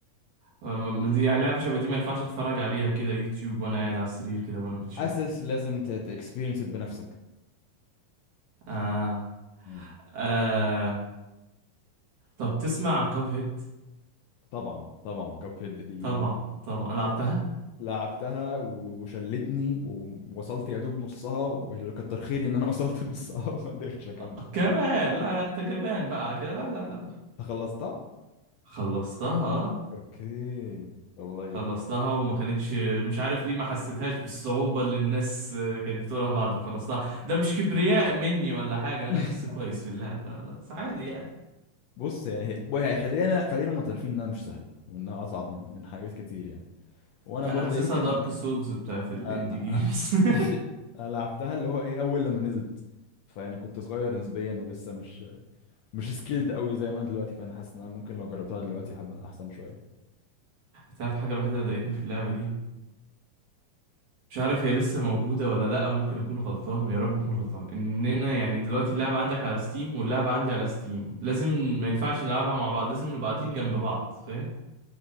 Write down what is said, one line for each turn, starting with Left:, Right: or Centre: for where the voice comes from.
Right: ما- ما- يعني لعبة شبه دي ما ينفعش اتفرج عليها كده يوتيوب وانا قاعد على السرير كده وانا بتشيل
Left: اساس لازم تكسبيرينس بنفسك
Right: آه.
Left: مم.
Right: آه. طب تسمع عن كاب هيد
Left: طبعا طبعا كاب هيد دي
Right: طبعا طبعا لعبتها
Left: يعني لعبتها و- وشلتني ووصلت يا دوب نصها واللي كتر خيري ان انا وصلت <laughs> نصها وما قدرتش اكمل
Right: آه. كمان
Left: بصراحة
Right: لا لا انت جبان بقى على كده لا لا لا لا
Left: انت خلصتها؟
Right: خلصتها آه.
Left: اوكي طب والله جامد
Right: خلصتها وما كانتش مش عارف ليه ما حسيتهاش بالصعوبة اللي الناس آه، كانت بتقولها بعد ما خلصتها ده مش كبرياء مني ولا حاجة انا
Left: <laughs>
Right: بس كويس في اللعب لا لا بس عادي يعني
Left: بص يعني هي بقى هي خلينا خلينا معترفين انها مش سهله وانها اصعب من من حاجات كتير يعني وانا
Right: انا
Left: برضه
Right: حاسسها
Left: يمكن
Right: دارك سولز بتاعت الاندي
Left: أ-
Right: جيمز <laughs>
Left: <laughs> لعبتها اللي هو ايه اول لما نزلت فيعني كنت صغير نسبيا ولسه مش مش سكيلد قوي زي ما انا دلوقتي فانا حاسس ان انا ممكن لو جربتها دلوقتي هبقى احسن شويه
Right: تعرف الحاجة الوحيدة اللي ضايقتني في اللعبة دي مش عارف هي لسه موجودة ولا لأ ممكن أكون غلطان ويا رب أكون غلطان إننا يعني دلوقتي اللعبة عندك على ستيم واللعبة عندي على ستيم لازم ما ينفعش نلعبها مع بعض لازم نبقى قاعدين جنب بعض فاهم